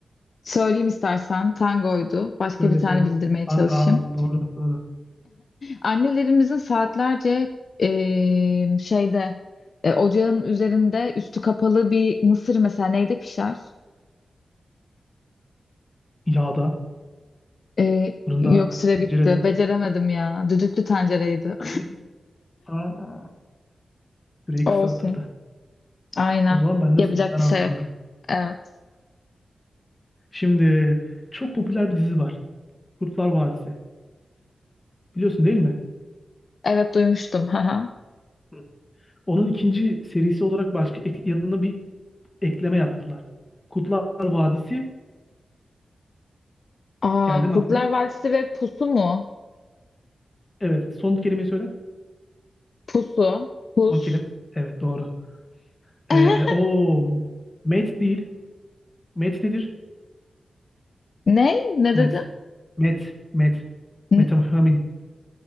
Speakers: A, on the left; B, on the left.
A: söyleyeyim istersen tangoydu. Başka
B: söyle
A: bir tane
B: söyle.
A: bildirmeye
B: Ben-
A: çalışayım.
B: Aa, doğru doğru.
A: Annelerimizin saatlerce eee, şeyde e, ocağın üzerinde üstü kapalı bir mısır mesela neyde pişer?
B: Yağda,
A: Eee,
B: fırında,
A: yok süre
B: tencerede.
A: bitti. Beceremedim ya. Düdüklü tencereydi.
B: Neydi ki? Aa,
A: <laughs>
B: süreyi
A: Olsun.
B: kısaltırdı.
A: Aynen.
B: O zaman ben
A: Yapacak
B: de sıra. Ben
A: bir
B: anlatıyorum.
A: şey yok. Evet.
B: Şimdi çok popüler bir dizi var. Kurtlar Vadisi. Biliyorsun değil mi?
A: Evet duymuştum. Haha.
B: Hı. Onun ikinci serisi olarak başka ek- yanına bir ekleme yaptılar. Kurtlar Vadisi.
A: Aa,
B: Geldim
A: Kurtlar
B: aklına.
A: Vadisi ve Pusu mu?
B: Evet. Son kelimeyi söyle.
A: Pusu. Pus.
B: Son kelime. Evet doğru. Ee,
A: <laughs>
B: o met değil. Met nedir?
A: Ne? Ne
B: Met.
A: dedin?
B: Met. Met.
A: N-
B: Metamfetamin.